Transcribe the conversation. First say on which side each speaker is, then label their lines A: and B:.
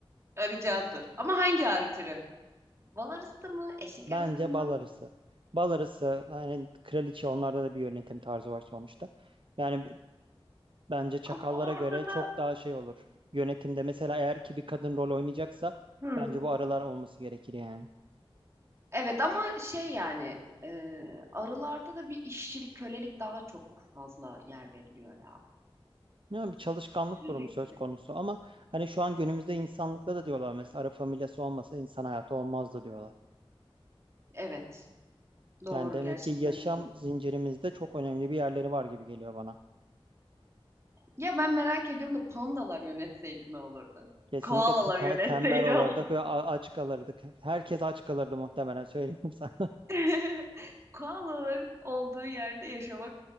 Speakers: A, on the right; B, on the right.
A: Arı candır. Ama hangi arı türü? Bal arısı mı? Eşek
B: bence
A: arısı mı?
B: bal arısı. Bal arısı yani kraliçe onlarda da bir yönetim tarzı var sonuçta. Yani b- bence çakallara
A: Ama orada
B: göre çok
A: da
B: daha şey olur. Yönetimde mesela eğer ki bir kadın rol oynayacaksa
A: Hı.
B: bence bu arılar olması gerekir yani.
A: Evet ama şey yani e, arılarda da bir işçilik, kölelik daha çok fazla yer veriliyor ya.
B: Ya bir çalışkanlık
A: Sürekli.
B: durumu söz konusu ama hani şu an günümüzde insanlıkta da diyorlar mesela Arap familyası olmasa insan hayatı olmazdı diyorlar.
A: Evet. Doğru
B: Yani demek
A: gerçekten
B: ki yaşam
A: doğru.
B: zincirimizde çok önemli bir yerleri var gibi geliyor bana.
A: Ya ben merak ediyorum da pandalar yönetseydi ne olurdu?
B: Kesinlikle
A: Koalalar
B: te- te-
A: yönetseydi
B: tembel olurduk
A: olsun.
B: ve a- aç kalırdık. Herkes aç kalırdı muhtemelen söyleyeyim sana.
A: <laughs> Koalaların olduğu yerde yaşamak